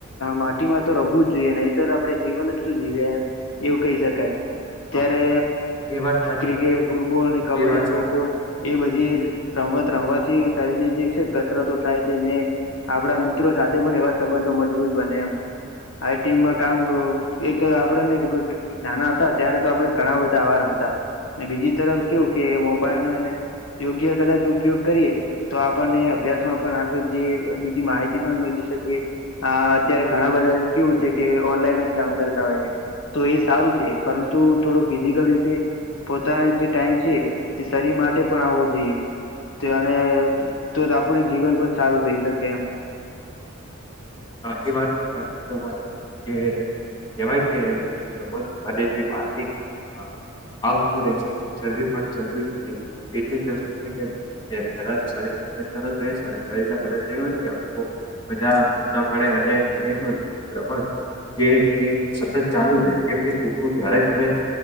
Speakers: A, on the left; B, on the left.
A: માટીમાં તો રવું જ જોઈએ નહી તો આપડણે જીવન જ શું જીવીએ એમ એવું કહી શકાય
B: હા
A: ત્યારે
B: હા, એ વાત સાચી
A: ક્રિકેટ ફૂટબોલ કબડ્ડી
B: એ વાત સાચી
A: ખોખો એ બધી રમત રમવાથી શરીર ની જે છે કસરતો થાય છે અનેને આપણા મિત્રો સાથે પણ એવા સંબંધો મજબૂત બને એમ આ ટીમમાં કામ આપડે ને નાના હતા ત્યારે તો આપડે ઘણા બધા આવાર રમતા બીજી તરફ કેવું કે મોબાઈલ ન એને યોગ્ય કદાચ ઉપયોગ કરીએ તો આપણને અભ્યાસ માં પણ આગળ જે બીજી માહિતી પણ મેલી શકે હ અત્યારે ઘણા બધા કેવું છે કે ઓનલાઈન જ કામ કરતા હોય છે તો એ સારું છે પરંતુ થોડો ફિઝિકલ રીતે પોતાનો જે ટાઈમ છે તે શરીર માટે પણ આવવો જોઈએ તો તો આપણે જીવન પણ સારું રહી શકે એમ
B: હા એ વાત તો સાચી જની કે કેવાય કે રમત રમજ અને જે બારની ્ટિવિ કરવી પણ જરૂરી છે એટરૂરી મ શરીર મદદ હોય બધા પડે અને શરીરમાંીું પ્રબ જે એ સતત ચાલુ રહે કેમ કે છોકરું જય્યારે તમે